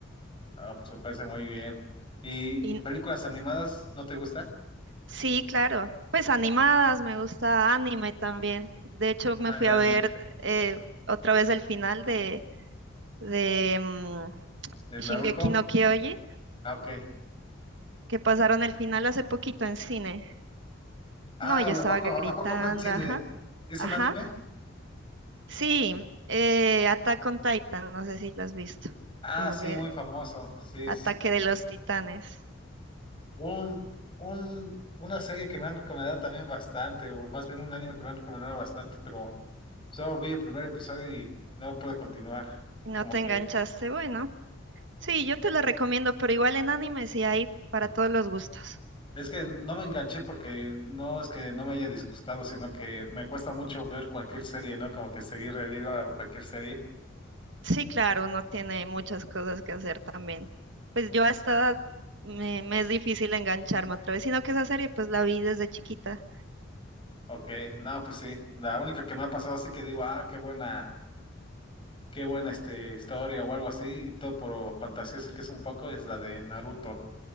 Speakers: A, on the left; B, on the right.
A: Ah, pues me parece muy bien. ¿Y
B: Y
A: películas animadas no te gustan?
B: sí, claro, pues animadas, me gusta anime también. De hecho,
A: Ah,
B: me fui
A: el
B: a
A: anime
B: ver eh, otra vez el final de, de mm,
A: de
B: Shingeki
A: Naruto.
B: no Kyoji,
A: Ah, ok.
B: que pasaron el final hace poquito en cine.
A: Ah,
B: No, yo estaba
A: ¿a poco,
B: que gritando,
A: a poco fue en cine?
B: ajá,
A: ¿Es
B: ajá.
A: un anime?
B: Sí, eh, Attack on Titan, no sé si lo has visto.
A: Ah,
B: O
A: sí,
B: que-
A: muy famoso. Sí,
B: Ataque
A: sí. sí.
B: de los Titanes.
A: Un, un, una serie que me han recomendado también bastante, o más bien un anime que me han recomendado bastante, pero solo vi el primer episodio y no pude continuar.
B: Si No
A: Como
B: te
A: que
B: enganchaste, bueno. Sí, yo te lo recomiendo, pero igual en anime sí hay para todos los gustos.
A: es que no me enganché porque no es que no me haya disgustado, sino que me cuesta mucho ver cualquier serie, ¿no? Como que seguir el hilo a cualquier serie.
B: Sí, claro, uno tiene muchas cosas que hacer también. Pues yo a esta edad me, me es difícil engancharme otra vez, sino que esa serie pues la vi desde chiquita.
A: Ok, no, pues sí. La única que me ha pasado así que digo, ah, qué buena, qué buena este, historia o algo así, y todo por fantasioso que es un poco, es la de Naruto.